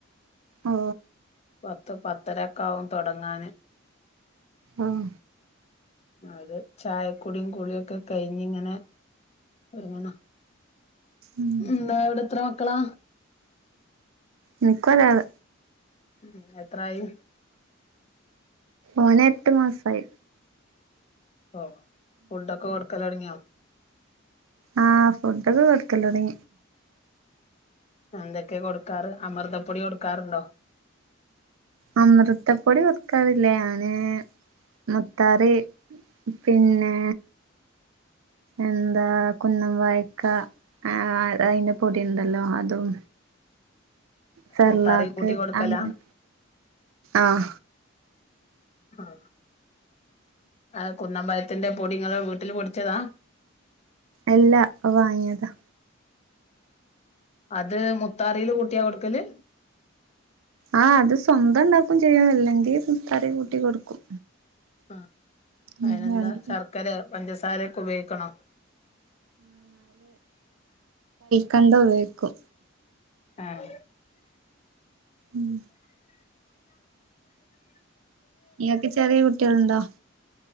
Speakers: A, on the right; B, on the left.
A: ഓ
B: പത്ത് പത്തരക്കാകും തൊടങ്ങാന്
A: ആഹ
B: അത് ചായക്കൊടിയും കുളിയൊക്കെ കഴിഞ്ഞിങ്ങനെ ഒരുമണ
A: ഉം
B: ന്താ ഇവിടെ എത്ര മക്കളാ
A: നിക്കൊരാള്
B: ഉം എത്രായി
A: ഓനെട്ടുമാസായി
B: ഓ ഫുഡൊക്കെ കൊടുക്കലോടുങ്യോ
A: ആഹ് ഫുഡൊക്കെ കൊടുക്കലൊട്ങ്ങി
B: എന്തൊക്കെ കൊടുക്കാറ് അമൃതപ്പൊടി കൊടുക്കാറുണ്ടോ
A: അമൃതപ്പൊടി കൊറക്കാറില്ലേ ആന് മുത്താറി പിന്നെ എന്താ കുന്നം വായക്ക ആ അയിന്റെ പൊടി ഉണ്ടല്ലോ അതും സെർലാക്ക്
B: മുത്താറിയും കൂട്ടി കൊടുക്കലാ
A: അങ്ങന ആഹ
B: ആഹ ആ കുന്നമ്പയത്തിന്റെ പൊടിങ്ങെൾ വീട്ടിൽ പൊടിച്ചതാ
A: എല്ലാ അഉ വാങ്ങിയതാ
B: അത് മുത്താറിയില് കൂട്ടിയാ കൊടുക്കല്
A: ആഹ് അത് സ്വന്തം ഉണ്ടാക്കും ചെയ്യും അല്ലെങ്കിൽ മുത്താറി കൂട്ടി കൊടുക്കും
B: ആ
A: ഉം
B: അതിനെന്താ
A: വേണ്ട
B: ശർക്കരെ പഞ്ചസാരൊക്കെ ഉപയോഗിക്കണം
A: കണ്ട വോയ്‌ക്കും
B: ആഹ
A: ഉം നിങ്ങക്ക് ചെറിയ കുട്ടികൾണ്ടോ